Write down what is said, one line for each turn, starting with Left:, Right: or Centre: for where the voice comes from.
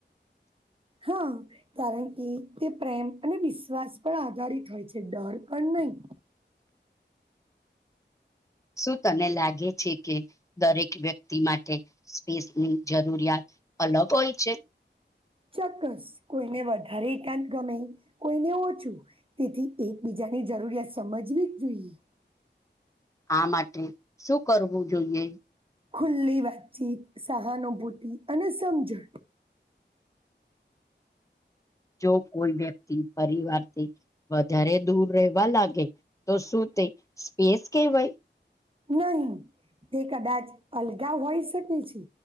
Right: હમ. કારણ કે તે પ્રેમ અને વિશ્વાસ પણ આધારિત હોય છે, ડર પણ નહીં.
Left: શું તને લાગે છે, કે દરેક વ્યક્તિ માટે સ્પેસની જરૂરિયાત અલગ હોય છે?
Right: ચોક્કસ કોઈને વધારે એકાંત ગમે, કોઈને ઓછું. તેથી એકબીજાની જરૂરિયાત સમજવી જ જોઈએ.
Left: આ માટે શું કરવું જોઈએ?
Right: ખુલ્લી વાતચીત, સહાનુભૂતિ અને સમજણ
Left: જો કોઈ વ્યક્તિ પરિવારથી વધારે દૂર રહેવા લાગે તો શું તે સ્પેસ કહેવાય?
Right: નહી તે કદાચ અલગા હોય શકે છે.